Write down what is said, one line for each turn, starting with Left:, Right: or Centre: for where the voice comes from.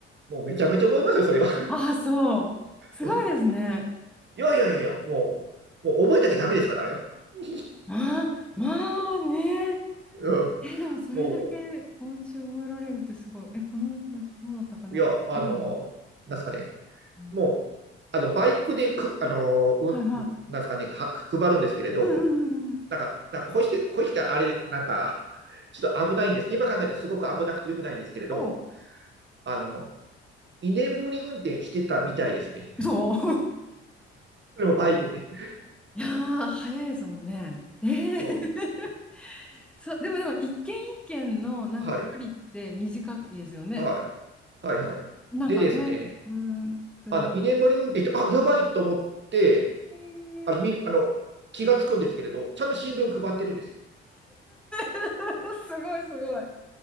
Right: もうめちゃめちゃ覚えますよ、それは。
Centre: あー、そう。
Right: <laughs>
Centre: すごいですね。
Right: いやいやいやいや、もう、もう覚えなきゃダメですから、あれは。<laughs>
Centre: ああ、まあね。
Right: うん。
Centre: え、でもそれだけお家覚えられるってすごい。
Right: も
Centre: え、このお家どうだったかなとうん
Right: う、いや、あの、なんすかね。
Centre: うん
Right: もう、あの、バイクでく、あの、うん、
Centre: はいはい。
Right: なんすかね、は、配るんですけれど、
Centre: うんうんうんうん。
Right: なんか、なんかこうして、こうしてあれ、なんか、ちょっと危ないんです。今考えたらすごく危なくてよくないんですけれど、
Centre: お、
Right: あの、にねんぶり運転してたみたいですね。
Centre: そう。<laughs>
Right: それもバイクで。
Centre: いやー、早いですもんね。ええ
Right: うん。
Centre: <laughs> そう、でもでも、一軒一軒のなんか距離って短いですよね。
Right: はい。はい。はい。はい。
Centre: なんかね、
Right: でですね、
Centre: ブン、ブン、
Right: あの居眠り運転して、あやばいと思って
Centre: えー、
Right: あのみあの、
Centre: あ
Right: 気がつくんですけれど、ちゃんと新聞配ってるんですよ。
Centre: <laughs> すごいすごい。